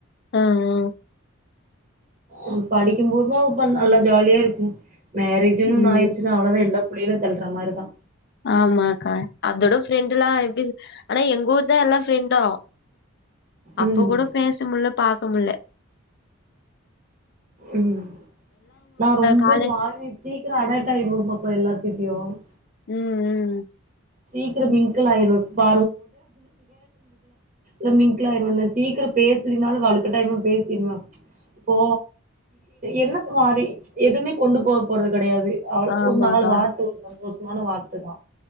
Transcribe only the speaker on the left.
ஹ் ஹம்
ம்
ஆமாக்கா அதோட ஃப்ரெண்டுல்லா எப்டி ஆனா எங்க ஊர் தா எல்லா ஃப்ரெண்டு அப்போ
கூட பேச முடில பா முள்ள
காலே
உம் உம்
ஆமாக்கா